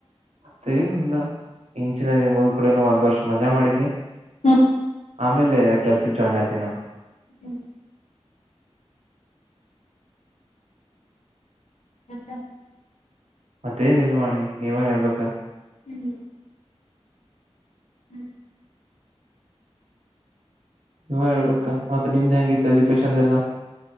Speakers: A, on the right (about 80°); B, on the left (about 90°).
A: ಮತ್ತ ಏನಿಲ್ಲ ಇಂಚಿನಲ್ಲಿ ಮುದ್ಕೂಡನು ಒಂದ್ ವರ್ಷ ಮಜಾ ಮಾಡಿದ್ನಿ
B: ಹ್ಮ್
A: ಆಮೇಲೆ ಕೆಲ್ಸದ ಜಾಯಿ ನ್ ಆದಿನ ನ
B: ಹ್ಮ್ ಹತ
A: ಮತ್ತೇನ್ ಇಲ್ವಾಣಿ ನೀವೇ ಹೇಳ್ಬೇಕ
B: ಹ್ಮ್ ಹ್ಮ
A: ನೀವ ಹೇಳ್ಬೇಕಾ ಮತ್ತೆ ನಿಮ್ದ್ ಹೆಂಗಿತ್ತು ಎಜುಕೇಶನ್ ಎಲ್ಲ